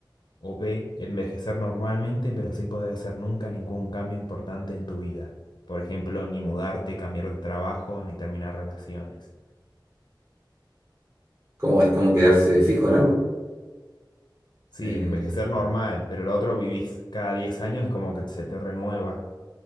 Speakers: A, on the left (about 75°); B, on the right (about 35°).
A: ¿O B, envejecer normalmente, pero sin poder hacer nunca ningún cambio importante en tu vida? Por ejemplo, ni mudarte, cambiar de trabajo, ni terminar relaciones.
B: como es como quedarse fijo en algo.
A: Sí,
B: Eh,
A: envejecer normal, pero lo otro vivís cada 10 años es como que se te renueva